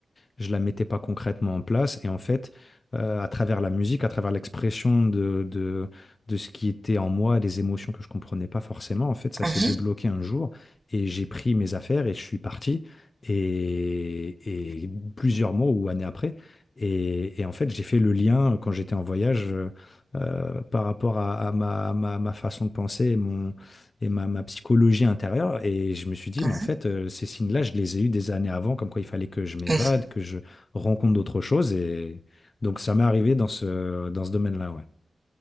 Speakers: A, on the left; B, on the right.
A: je la mettais pas concrètement en place. Et en fait, euh, à travers la musique, à travers l'expression de, de, de ce qui était en moi, des émotions que je comprenais pas forcément, en fait, ça
B: Mhm,
A: s'est débloqué un jour et j'ai pris mes affaires et je suis parti. Et, et plusieurs mois ou années après. Et, et en fait, j'ai fait le lien euh, quand j'étais en voyage euh, euh, par rapport à, à ma, à ma- ma façon de penser et, mon, et ma, ma psychologie intérieure. Et je me suis dit,
B: mhm,
A: mais en fait, euh, ces signes-là, je les ai eus des années avant, comme quoi il fallait que je m'évade,
B: mhm.
A: que je rencontre d'autres choses. Et donc, ça m'est arrivé dans ce, dans ce domaine-là, ouais.